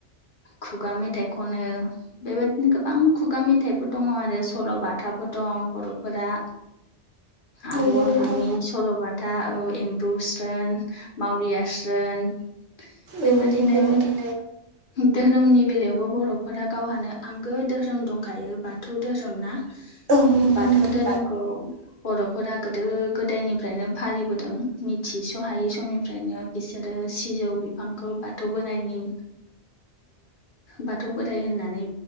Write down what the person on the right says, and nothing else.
नंगौ
नोंथां
औ नंगौ नोंथां
औ नंगौ
नोंथां